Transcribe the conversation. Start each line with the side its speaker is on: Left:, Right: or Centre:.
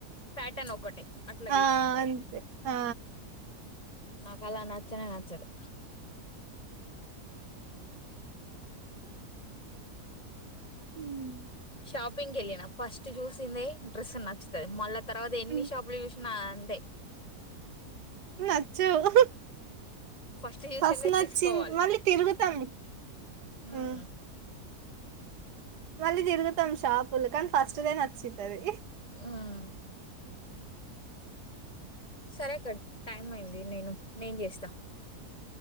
Left: ప్యాటర్న్ ఒకటే అట్లా
Right: ఆ
Left: తీసుకుంటారు
Right: అంతే ఆ
Left: నాకు అలా నచ్చనే నచ్చదు
Right: హ్మ్.
Left: షాపింగ్కి వెళ్ళిన ఫస్ట్ చూసిందే డ్రెస్ నచ్చుతది మళ్ళా తర్వాత ఎన్ని
Right: హ్మ్.
Left: షాపులు చూసినా అంతే
Right: నచ్చవు
Left: ఫస్ట్ చూసిందే
Right: ఫస్ట్ నచ్చింది
Left: తీసుకోవాలి
Right: మళ్ళీ తిరుగుతాం
Left: ఉమ్
Right: హ్మ్. మళ్ళీ తిరుగుతాం షాపులు కానీ ఫస్ట్దే నచ్చుతది
Left: ఉమ్ సరే అక్క టైం అయింది నేను నేను చేస్తా